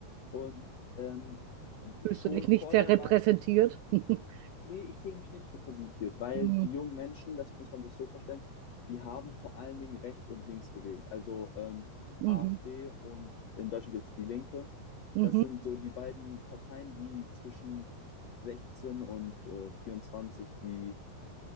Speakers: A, on the left (about 65°); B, on the right (about 85°).
A: und ähm,
B: Fühlst
A: schon
B: du dich nicht
A: vor
B: sehr
A: der
B: repräsentiert?
A: Wahl,
B: <laughs>
A: Nee, ich fühle mich nicht repräsentiert, weil
B: Mhm,
A: die jungen Menschen, das muss man sich so vorstellen, die haben vor allen Dingen rechts und links gewählt. Also ähm,
B: mhm,
A: AfD und in Deutschland gibt es die Linke.
B: mhm.
A: Das sind so die beiden Parteien, die zwischen 16 und äh, 24 die,